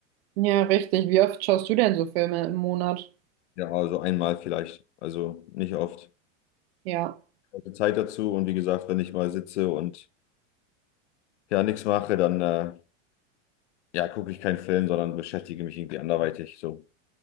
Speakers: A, on the right; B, on the left.
A: ja, richtig. Wie oft schaust du denn so Filme im Monat?
B: Ja, also einmal vielleicht, also nicht oft.
A: Ja,
B: Also Zeit dazu und wie gesagt, wenn ich mal sitze und ja nichts mache, dann äh, ja, gucke ich keinen Film, sondern beschäftige mich irgendwie anderweitig so.